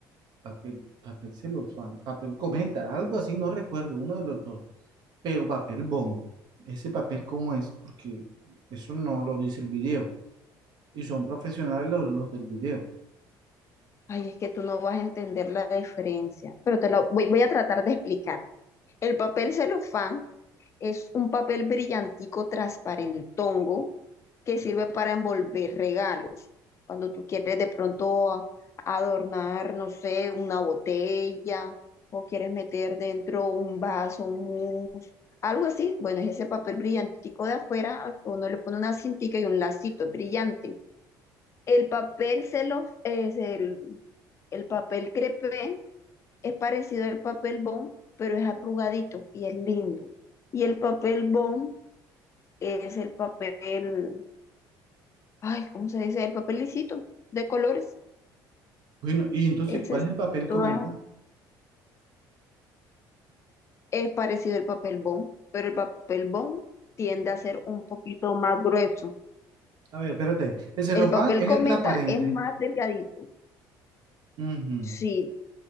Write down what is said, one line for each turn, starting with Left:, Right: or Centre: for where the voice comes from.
Right: papel, papel celofán, papel cometa, algo así, no recuerdo, uno de los dos, pero papel bond. Ese papel, ¿cómo es? Porque eso no lo dice el video. Y son profesionales los los del video.
Left: Ay, es que tú no vas a entender la diferencia, pero te lo voy, voy a tratar de explicar. El papel celofán es un papel brillantico transparentongo que sirve para envolver regalos. Cuando tú quieres de pronto a- adornar, no sé, una botella o quieres meter dentro un vaso, un mousse, algo así, bueno, es ese papel brillantico de afuera, al que uno le pone una cintica y un lacito es brillante. El papel celo, es el, el papel crepé es parecido al papel bond, pero es arrugadito y es lindo. Y el papel bond es el papel, ay, ¿cómo se dice? El papel lisito de colores.
Right: Bueno, y entonces,
Left: Ese
Right: ¿cuál
Left: es,
Right: es el papel
Left: toda-
Right: cometa?
Left: es parecido al papel bond, pero el papel bond tiende a ser un poquito más grueso.
Right: A ver, espérate. El celofán
Left: El papel
Right: es
Left: cometa
Right: el transparente.
Left: es más delgadito,
Right: Ujú,
Left: sí,